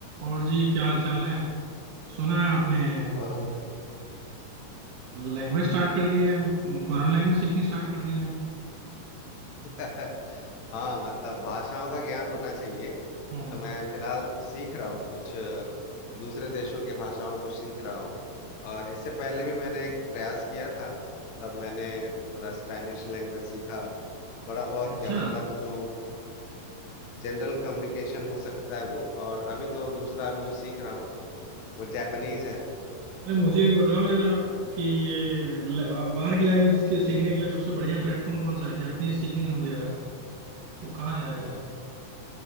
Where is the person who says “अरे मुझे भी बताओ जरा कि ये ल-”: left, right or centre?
Right